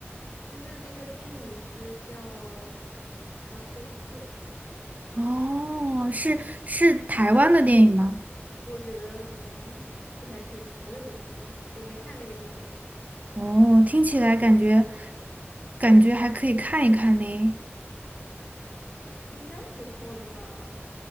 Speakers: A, on the left (about 70°); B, on the right (about 35°).
A: 就是那个电影是叫《咖啡 Six》，
B: 哦，是是台湾的电影吗？
A: 我觉得，哎，不太确定，我也不太确定，我没看那个电影，
B: 哦，听起来感觉感觉还可以看一看呢。
A: 应该不错的吧？